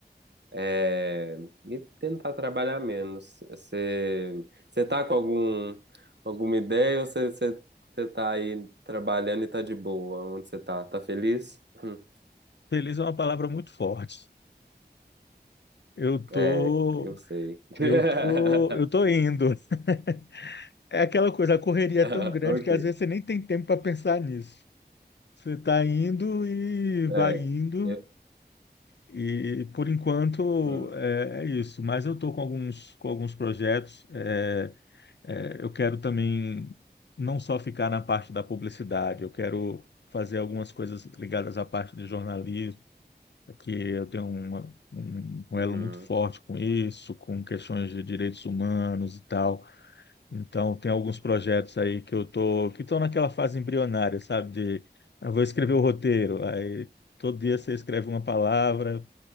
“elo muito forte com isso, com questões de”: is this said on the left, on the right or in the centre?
Left